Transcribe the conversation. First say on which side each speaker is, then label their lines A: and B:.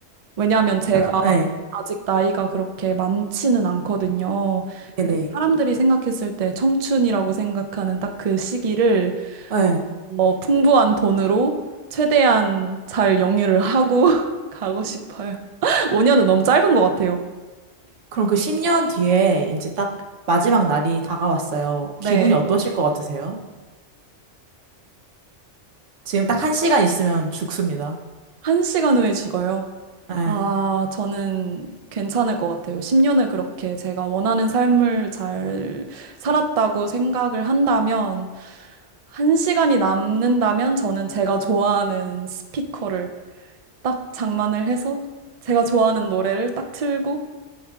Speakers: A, on the right; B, on the right.
A: 왜냐하면 제가
B: 그럼 네.
A: 아직 나이가 그렇게 많지는 않거든요. 그래서
B: 네네.
A: 사람들이 생각했을 때 청춘이라고 생각하는 딱 그 시기를
B: 네. 네.
A: 어, 풍부한 돈으로 최대한 잘 영유를 하고 <laughs> 가고 싶어요. <laughs> 5년은 너무 짧은 것 같아요.
B: 그럼 그 10년 뒤에 이제 딱 마지막 날이 다가왔어요.
A: 네,
B: 기분이 어떠실 것 같으세요? 지금 딱 한 시간 있으면 죽습니다.
A: 한시간 후에 죽어요.
B: 네.
A: 아, 저는 괜찮을 것 같아요. 10년을 그렇게 제가 원하는 삶을 잘 살았다고 생각을 한다면, 한 시간이 남는다면 저는 제가 좋아하는 스피커를 딱 장만을 해서, 제가 좋아하는 노래를 딱 틀고,